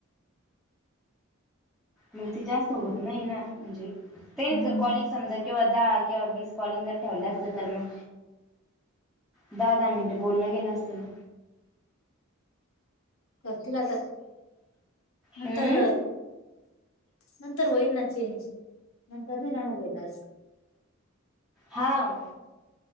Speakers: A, in the centre; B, on the left.
A: मंग ते जास्त होत नाही ना म्हणजे तेनी
B: हम्म
A: जर कॉलिंग समजा किंवा दहा किंवा वीस कॉलिंग जर ठेवलं असतं तर मग दहा दहा मिनिटं बोलण गेलं असतं ना.
B: करतील आता नंतर
A: हम्म
B: नंतर होईल ना चेंज नंतर नाही राहणार हे टास्क.
A: हां.